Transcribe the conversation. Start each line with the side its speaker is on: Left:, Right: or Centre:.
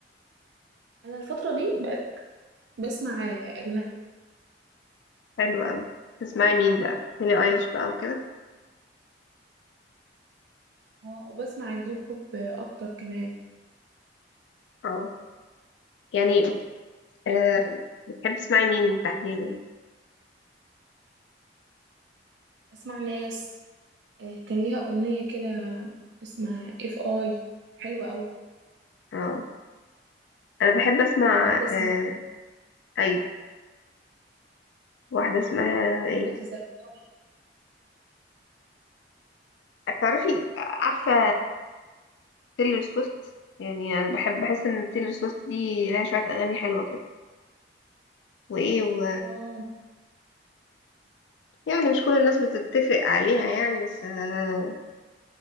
Right: انا الفتره دي بقت بسمع اجنبي
Left: حلو قوي تسمعي مين بقى بيلي ايليش بقى وكده
Right: وبسمع الهيب هوب اكتر كمان
Left: اه يعني آه بتحب تسمعي مين تحديدا
Right: بسمع ناس آه، كان ليها اغنيه كده اسمها اف اي حلوه قوي
Left: اه انا بحب اسمع
Right: وواحده اسمها
Left: آه، ايوه واحدة اسمها ايه
Right: رولز ذا موري.
Left: تعرفي عارفة تيلر سويفت يعني انا بحب بحس ان تيلر سويفت دي لها شوية اغاني حلوة كده وايه و...
Right: اه
Left: يعني مش كل الناس بتتفق عليها يعني بس آه،